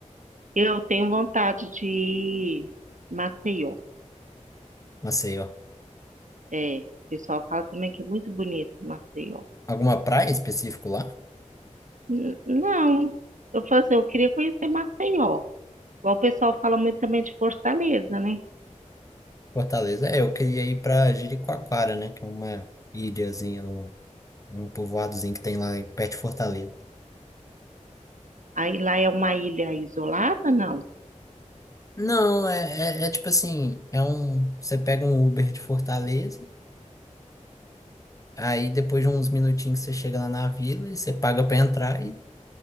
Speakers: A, on the right; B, on the left.
A: eu tenho vontade de ir em Maceió.
B: Maceió.
A: É, o pessoal fala também que é muito bonito Maceió.
B: Alguma praia em específico lá?
A: N- não, eu falo assim, eu queria conhecer Maceió. Igual o pessoal fala muito também de Fortaleza, né?
B: Fortaleza. É, eu queria ir pra Jericoacoara, né? Que é uma ilhazinha, um, um povoadozinho que tem lá em- perto de Fortaleza.
A: Aí lá é uma ilha isolada, não?
B: Não, é, é, é tipo assim, é um. Você pega um Uber de Fortaleza, aí depois de uns minutinhos você chega lá na vila e você paga pra entrar e